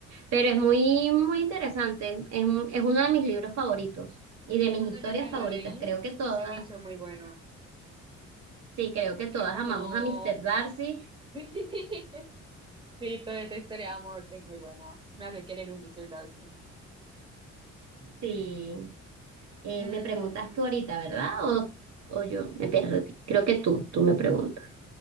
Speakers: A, on the right (about 65°); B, on the right (about 15°).
A: Pero es muy, muy interesante. Es, un- es uno de mis libros favoritos y de mis
B: Cuando
A: historias
B: yo me
A: favoritas.
B: lo leí,
A: Creo que todas,
B: se me hizo muy bueno.
A: sí, creo que
B: Tiene
A: todas
B: como...
A: amamos a Mr. Darcy.
B: <laughs> Sí, toda esa historia de amor es muy buena. Me hace querer un Mr. Darcy.
A: Sí, eh,
B: Mm,
A: me preguntas tú ahorita, ¿verdad? O, o
B: sí.
A: yo me perdí. Creo que tú, tú me preguntas.